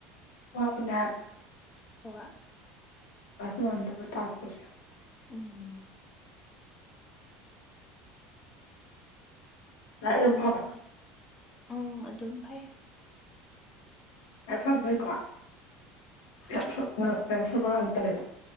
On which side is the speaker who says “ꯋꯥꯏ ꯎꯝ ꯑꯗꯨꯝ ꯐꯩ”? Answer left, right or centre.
Left